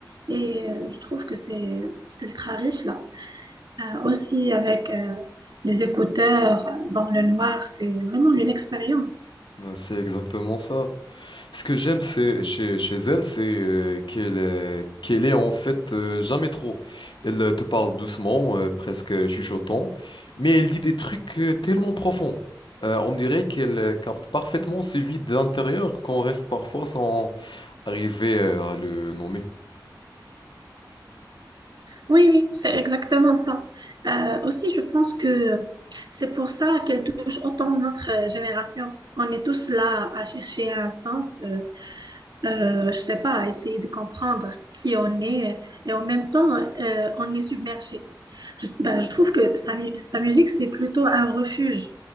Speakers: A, on the right; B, on the left.
A: Et euh, je trouve que c'est ultra riche là. Euh, aussi avec euh, des écouteurs euh, dans le noir, c'est vraiment une expérience.
B: Ben, c'est exactement ça. Ce que j'aime c'est chez, chez elle, c'est euh, qu'elle euh, qu'elle est en fait euh, jamais trop. Elle euh, te parle doucement, euh, presque chuchotant, mais elle dit des trucs euh, tellement profonds. Euh, on dirait qu'elle euh, capte parfaitement ce vide de l'intérieur qu'on reste parfois sans arriver euh, à le nommer.
A: Oui, oui, c'est exactement ça. Euh, aussi, je pense que c'est pour ça qu'elle touche autant notre euh, génération. On est tous là à chercher un sens, euh, euh, je sais pas, à essayer de comprendre qui on est, et en même temps, euh, on est submergé. Je, ben, je trouve que sa, mu- sa musique, c'est plutôt un refuge.